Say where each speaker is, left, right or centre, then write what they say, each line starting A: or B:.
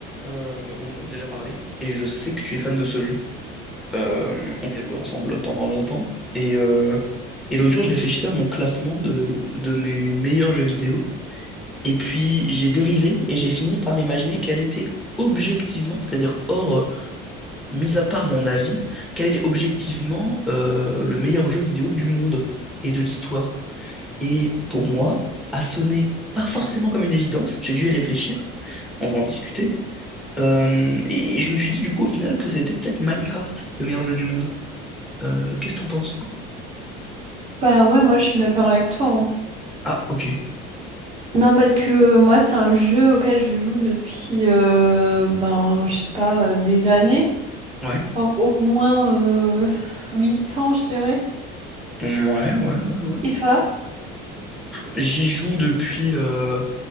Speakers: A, in the centre; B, on the right (about 30°).
A: Euh, bon, on en a déjà parlé, et je sais que tu es fan de ce jeu. Euh, on y a joué ensemble pendant longtemps, et, euh, et l'autre jour, je réfléchissais à mon classement de, de mes meilleurs jeux vidéo, et puis j'ai dérivé, et j'ai fini par imaginer quel était objectivement, c'est-à-dire hors, euh, mis à part mon avis, quel était objectivement euh, le meilleur jeu vidéo du monde et de l'histoire. Et pour moi, a sonné pas forcément comme une évidence, j'ai dû y réfléchir, on va en discuter euh, et, et je me suis dit du coup au final que c'était peut-être Minecraft, le meilleur jeu du monde. Euh, qu'est-ce que t'en penses?
B: Bah ouais, moi je suis d'accord avec toi. hein.
A: Ah, ok.
B: Non, parce que euh, moi c'est un jeu auquel je joue depuis, euh, ben je sais pas, euh, des années.
A: Ouais.
B: Enfin, au moins euh, 8 ans, je dirais.
A: Ouais, ouais, ouais, ouais.
B: Et toi?
A: J'y joue depuis le-